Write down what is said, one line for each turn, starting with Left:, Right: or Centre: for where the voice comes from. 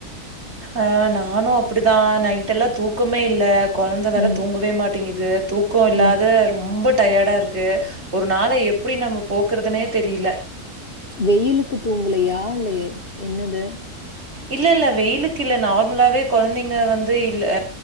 Right: அ நானு அப்படிதா நைட் எல்லா தூக்கமே இல்ல கொழந்த வேற
Left: ம்,
Right: தூங்கவே மாட்டிங்குது தூக்க இல்லாத
Left: ம்.
Right: ரொம்ப டயடா இருக் க்கு ஒரு நாள எப்டி நம்ம போக்கறதுன்னே தெரில
Left: வெயிலுக்கு தூங்கலயா இல்ல என்னது
Right: இல்ல இல்ல வெயிலுக்கு இல்ல நார்மலாவே கொழந்தைங்க வந்து இல்ல